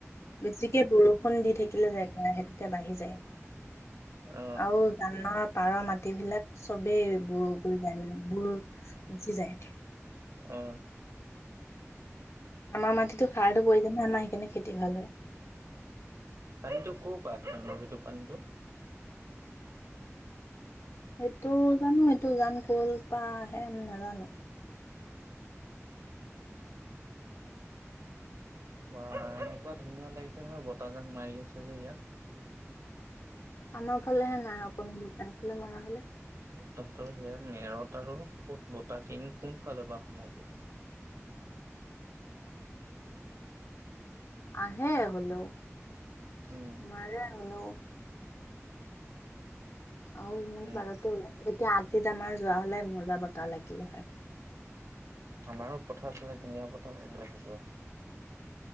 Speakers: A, on the left; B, on the right.
A: বেছিকে বৰষুণ দি থাকিলে জেগা আহে তেতিয়া বাঢ়ি যায়
B: অ
A: আৰু জানৰ পাৰৰ মাট বিলাক চবেই গৈ যায় মানে বুৰ গুচি যায় <inaudible>
B: অঁ
A: আমাৰ মাটিতো খাৰটো প্ৰয়োজন ন আমাৰ সেইকাৰণে খেতি ভাল হয়
B: পানীতটো ক' পৰাই সিৰ সেইটো পানীতটো
A: সেইটো জানো সেইটো জান ক'ল বা সে নাজানো
B: বা এনেকুৱা ধুনীয়া লাগিছে নহয় বতাহ জাক মাৰি আছে যে ইয়াত
A: আমাৰ ফালেহে নাই অক মোৰ তাইফালে মৰা হলে
B: তহঁতৰ সেয়া মেৰত আৰু ক'ত বতা কিন, কোনফালৰ পৰা সোমাব?
A: আহে হ'লেও,
B: উম
A: মাৰে হ'লেও। অউ, মই
B: উম
A: বাৰতে ওলাইছো, এতিয়া‌ <unintelligible> আমাৰ যোৱা হ'লে মজা বতা লাগিলে হয়।
B: আৰু পথাৰ ফালে ধুনীয়া বতাহ লাগিলে হয়, যোৱা হয়।